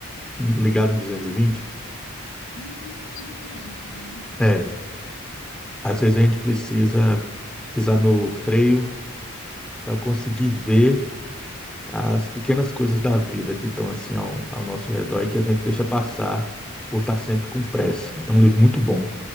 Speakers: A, in the centre; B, on the left (about 70°).
A: ligado no 220.
B: Uhum, tudo para ontem, né?
A: É, às vezes a gente precisa pisar no freio para conseguir ver. as pequenas coisas da vida que estão assim ao, ao nosso redor e que a gente deixa passar por estar sempre com pressa. É um livro muito bom,